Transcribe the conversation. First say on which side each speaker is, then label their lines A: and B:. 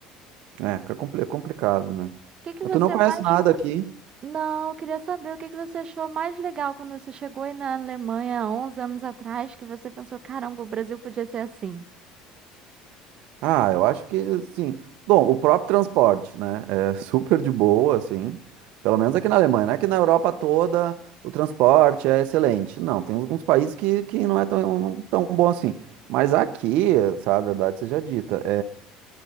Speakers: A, on the right; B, on the right.
A: é, fica compli- complicado, né?
B: que que
A: Mas
B: você
A: tu não conhece
B: mais.
A: nada aqui?
B: Não, eu queria saber o que que você achou mais legal quando você chegou aí na Alemanha 11 anos atrás, que você pensou, caramba, o Brasil podia ser assim.
A: Ah, eu acho que assim. Bom, o próprio transporte, né? É <laughs> super de boa, assim. Pelo menos aqui na Alemanha, não é Que na Europa toda o transporte é excelente. Não, tem alguns países que, que não é tão, tão bom assim. Mas aqui, sabe, a verdade seja dita.